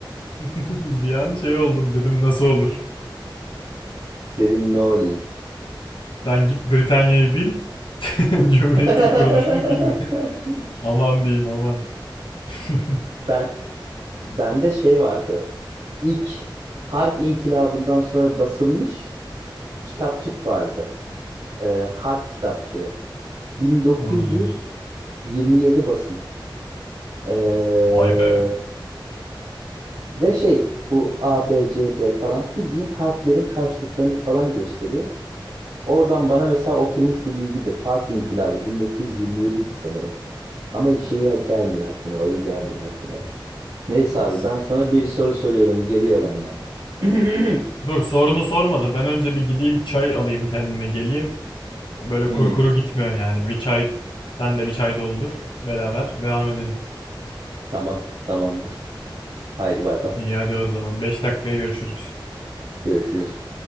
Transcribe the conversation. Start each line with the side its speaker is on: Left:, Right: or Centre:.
Left: <laughs> Bir an şey oldum dedim nasıl olur?
Right: Dedim ne olayım.
Left: Sen git Britanya'yı bil. <laughs> Cumhuriyetin
Right: <laughs>
Left: kuruluşunu bilme. Aman diyeyim aman. <laughs>
Right: Ben bende şey vardı. İlk harf inkılabından sonra basılmış kitapçık vardı. Ee, harf kitapçığı. 1927
Left: Hmm,
Right: basım. Ee,
Left: Vay be.
Right: Ve şey bu A, B, C, D falan bildiğin harflerin karşılıklarını falan gösteriyor. Oradan bana mesela oturmuş bir bilgidir. Harf inkılabı 1927 idi sanırım. Ama şeye gelmiyor aklıma, ayı gelmiyor aklıma. Neyse
Left: Olsun.
Right: abi ben sana bir soru soruyorum. Geliyor benden. <clears throat>
Left: Dur sorunu sormadı. Ben önce bir gideyim çay alayım kendime geleyim. Böyle
Right: Hmm,
Left: kuru kuru gitmiyor yani. Bir çay sen de bir çay doldur. Beraber devam edelim.
Right: tamam, tamamdır. Haydi bay bay.
Left: İyi hadi o zaman. 5 dakikaya görüşürüz.
Right: Görüşürüz.